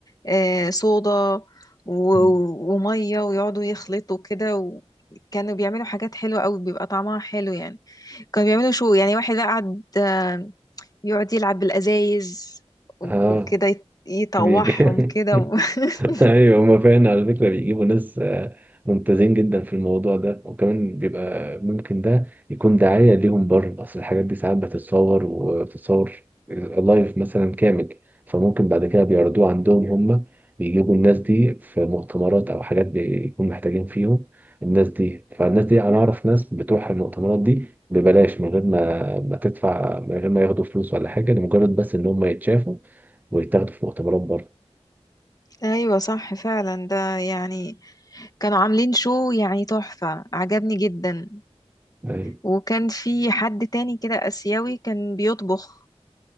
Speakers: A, on the left; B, on the right.
A: آه صودا و-
B: مم.
A: ومية ويقعدوا يخلطوا كده و... كانوا بيعملوا حاجات حلوة قوي بيبقى طعمها حلو يعني كانوا بيعملوا شو يعني واحد بقى قعد آه، يقعد يلعب بالأزايز و-
B: اه
A: وكده يت- يطوعهم
B: <laughs> بي- بي-
A: كده <laughs>
B: ايوه هما فعلا على فكره بيجيبوا ناس آه، ممتازين جدا في الموضوع ده وكمان بيبقى ممكن ده يكون دعايه ليهم بره اصل الحاجات دي ساعات بتتصور وبتتصور لايف مثلا كامل فممكن بعد كده بيعرضوه عندهم هما بيجيبوا الناس دي في مؤتمرات او حاجات بيكون محتاجين فيهم الناس دي فالناس دي انا اعرف ناس بتروح المؤتمرات دي ببلاش من غير ما ما تدفع من غير ما ياخدوا فلوس ولا حاجه لمجرد بس ان هم يتشافوا ويتاخدوا في مؤتمرات
A: ايوه صح فعلا ده يعني كانوا عاملين شو يعني تحفة عجبني جدا
B: بره
A: وكان في حد تاني كده آسيوي كان بيطبخ